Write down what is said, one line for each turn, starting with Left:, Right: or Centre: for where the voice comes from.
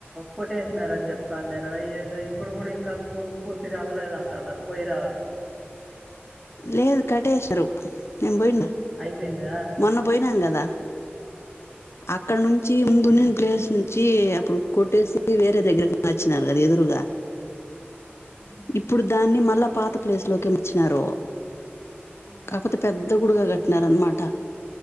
Centre: కొట్టేసినార అని చెప్తాన్నారు ఏదో ఇప్పుడు కూడా ఇంకా పూ పూర్తిగా అవ్వలేదంటున్నారు పోయి రావాల
Left: లేదు కటేషరు నేన్ పోయిండా
Centre: అయిపోయింద
Left: మొన్న పోయినాం కదా అక్కడ నుం చి ముందు
Centre: అయిపో-
Left: ఉన్నిన ప్లేస్ నుంచి అప్పుడు కొట్టేసి వేరే దగ్గరకి మాచ్చినారు కదా ఎదురుగా
Centre: ఆహా.
Left: ఇప్పుడు దాన్ని మళ్ళా పాత ప్లేస్ లోక వచ్చినారు
Centre: ఆ
Left: కాకపోతే పెద్ద గుడిగా కట్టినారన్మాట